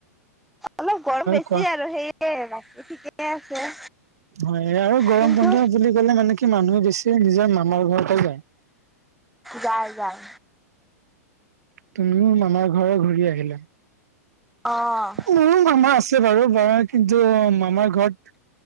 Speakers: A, in the centre; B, on the right.
A: অলপ গৰম বেছি
B: কোৱা
A: আৰু সেয়ে বাকী ঠিকেই আছে
B: হয় আৰু গৰম
A: কিন্তু
B: বন্ধ বুলি ক'লে মানে কি মানুহে বেছি নিজৰ মামাৰ ঘৰতে যায়
A: যায় যায়
B: তুমিও মামাৰ ঘৰ ঘূৰি আহিলা
A: অ'
B: মোৰো মামা আছে বাৰু কিন্তু মামাৰ ঘৰত